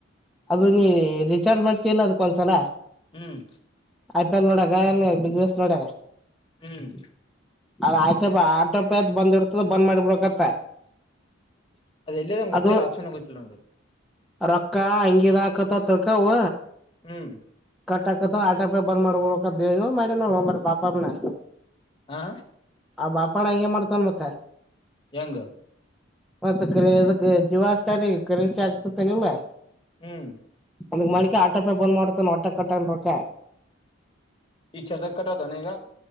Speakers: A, in the centre; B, on the left.
A: ಅದು ನೀ ರಿಚಾರ್ಜ್ ಮಾಡ್ತೀಲ್ಲ ಅದಕ್ಕೊಂದ್ಸಲ
B: ಹ್ಮ್
A: ಐ ಪಿ ಎಲ್ ನೋಡಗ ಬಿಗ್ ಬಾಸ್ ನೋಡಗ
B: ಹ್ಮ್
A: ಅದ ಆಟೋ ಪೆ ಆಟೋ ಪೆಅತ್ ಬಂದ್ ಇಡ್ತದ ಬಂದ್ ಮಾಡಿಬಿಡಕತ್ತ
B: ಅದ ಎಲ್ಲಿದಂಗೆ ಗೊತ್ತಿಲ್ಲ
A: ಅದು
B: ಆಪ್ಷನ್ ಗೊತ್ತಿಲ್ಲ ನಂಗಗೆ
A: ರೊಕ್ಕ ಅಂಗಿದ ಹಾಕತ ತೊಡ್ಕವು
B: ಹ್ಮ್
A: ಕಟ್ಟಾಹಾಕ್ತಾವ ಆಟೋ ಪೆ ಬಂದ ಮಾದಬಿಡಬೇಕು ಅಂತ ಹೇಳಿದ್ವು ಮಾಡೇನ ಪಾ ಅದಣ್ಣ
B: ಹಾ
A: ಆ ಬಾಪಾಡ್ ಹಾಗೆ ಮಾಡ್ತನ್ ಮತ್ತೆ
B: ಹೆಂಗ
A: ಮತ್ತ ಕರಿ ಅದಕ್ಕೆ ಜಿಯೋ ಸ್ಟಾರ್ಟ್ ಗೇ ಕರೆನ್ಸಿ ಆಗ್ತತ್ತನಿಲ್ಲಾ
B: ಹ್ಮ್
A: ಹಾಗೆ ಮಾಡ್ಕೋ ಆಟೋ ಪೇ ಬಂದ್ ಮಾಡ್ತೆನ ಮತ್ತೆ ಕಟ್ ಆಗಲ್ಲ ರೊಕ್ಕ
B: ಈಗ ಕಟ್ ಅದೇನ ಈಗ